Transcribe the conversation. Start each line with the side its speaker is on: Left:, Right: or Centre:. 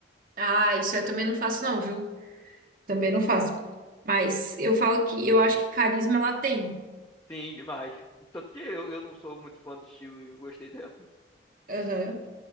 Right: Ah, isso eu também não faço, não, viu? Também não faço. Mas eu falo que eu acho que carisma ela tem.
Left: Sim, demais. Tanto que eu, eu não sou muito fã do estilo e eu gostei dela. <laughs>
Right: Aham.